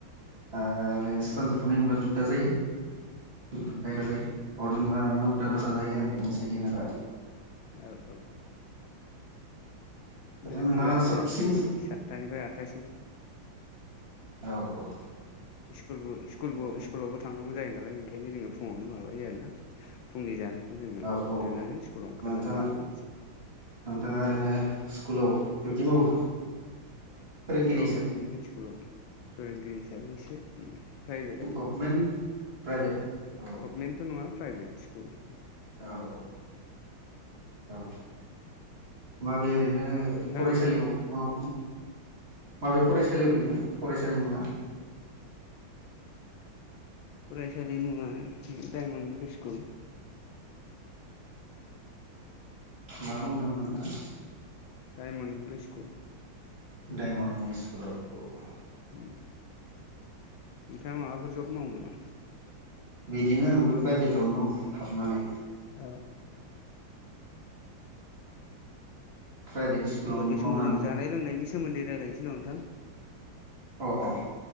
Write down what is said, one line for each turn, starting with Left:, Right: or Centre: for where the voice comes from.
Right: आरो सानजौफुनाय
Left: औ
Right: होनबा दुथा जायो। फाय जायो हर दिनहोनबा नौथा दस जायो। आरो बेनोसै दिनारफ्रा
Left: औ औ
Right: ओरैनो
Left: मानो
Right: नोंथाङा
Left: होनब्ला
Right: साबसिन
Left: जोंहा बिदि सातथानिफ्राय आठथासिम
Right: औ औ
Left: स्कुलबो स्कुलबोआव
Right: ओरैनो
Left: स्कुलावबो थांनांगौ जायो नालाय ओंखायनो जोङो फुङावनो माबायो आरोना फुंनि जानाय खौ जोङो
Right: औ औ
Left: जानानै स्कुलाव ओंखारलाङो
Right: नोंथाङा
Left: आरो बेनोसै।
Right: नोंथाङा ओरैनो स्कुलाव डिउटि मावो। फोरोंगिरि
Left: औव
Right: हिसाबै
Left: बिदिनो स्कुलाव फोरोंगिरि हिसाबै एसे प्राइभेटआव।
Right: Government private. औ
Left: गभमेन्टथ' नङा प्राइभेट स्कुल।
Right: ओ औ औ माबे ओरैनो
Left: नोंथां
Right: फरायसालियाव माव माबे फराय सालि बिदिनो फरायसालिनि मुंआ
Left: फरायसालि मुंआ डाइमन इंलिस स्कुल।
Right: मा बुंदोंमोन नोंथां‌
Left: डायमन इंलिस स्कुल।
Right: डायमन इंलिस स्कुलाव औ
Left: ओम नोंथाङा माबाफोर जब मावो नामा
Right: बिदिनो आंबो प्राइभेटआवनो दं हाबनानै
Left: औ
Right: प्राइभेट स्कुलावनो
Left: अब्ला बे समाव
Right: मावनानै
Left: जों
Right: दं
Left: जानाय लोंनायनि सोमोन्दै रायज्लायनोसै नामा नोंथां
Right: अह अह